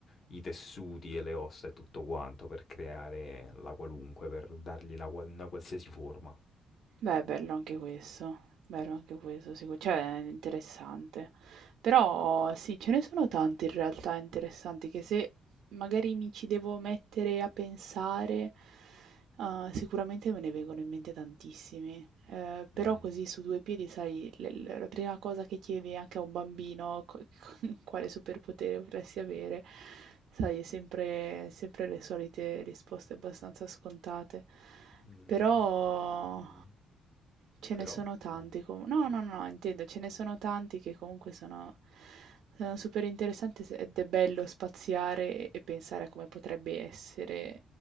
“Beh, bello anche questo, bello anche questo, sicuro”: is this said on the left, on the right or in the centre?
Right